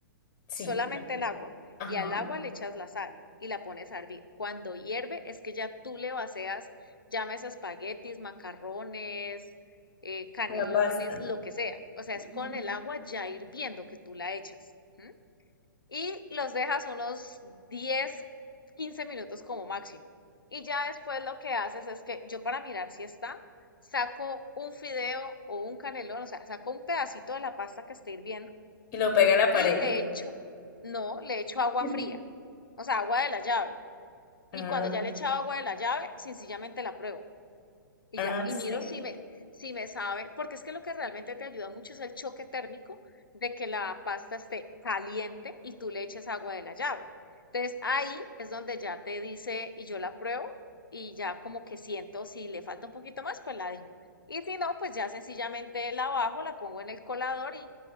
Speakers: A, on the left; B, on the left.
A: Sí.
B: solamente
A: claro que sí.
B: el agua,
A: Ajá.
B: y al agua le echas la sal y la pones a hervir. Cuando hierve es que ya tú le vacías, llames espaguetis, macarrones, eh, canelones,
A: La pasta.
B: lo que sea. O sea,
A: Ujú.
B: es con el agua ya hirviendo que tú la echas. ¿m? Y los dejas unos 10, 15 minutos como máximo. Y ya después lo que haces es que yo para mirar si está, saco un fideo o un canelón, o sea, saco un pedacito de la pasta que esté hirviendo
A: Y lo pega a la pared.
B: y le echo, no, le echo
A: <laughs>
B: agua fría, o sea, agua de la llave. Y
A: Ah,
B: cuando ya le he echado agua de la llave, sencillamente la pruebo y
A: ah,
B: ya. Y
A: sí.
B: miro si me, si me sabe, porque es que lo que realmente te ayuda mucho es el choque térmico de que la pasta esté caliente y tú le eches agua de la llave. Entonces ahí es donde ya te dice y yo la pruebo y ya como que siento si le falta un poquito más, pues la dejo. Y si no, pues ya sencillamente la bajo, la pongo en el colador y